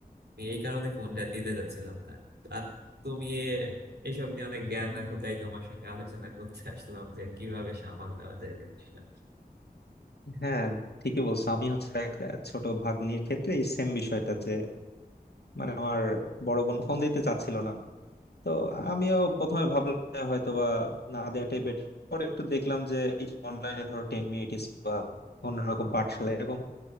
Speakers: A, on the right; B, on the left.
A: আমি এই কারণে ফোনটা দিতে যাচ্ছিলাম না আর তুমি এ- এসব নিয়ে অনেক জ্ঞান রাখো তাই তোমার সঙ্গে আলোচনা করতে আসলাম যে কিভাবে সামাল দেওয়া যায় জিনিসটা
B: হ্যাঁ ঠিকই বলছো আমি হচ্ছে এক ছোট ভাগ্নির ক্ষেত্রে এই সেম বিষয়টা যে মানে আমার বড় বোন ফোন দিতে চাচ্ছিল না তো আমিও প্রথমে ভাবলাম হয়তো বা না দেওয়াটাই বেটার পরে একটু দেখলাম যে এই অনলাইনে ধরো টেন মিনিটস বা অন্যরকম পাঠশালা এরকম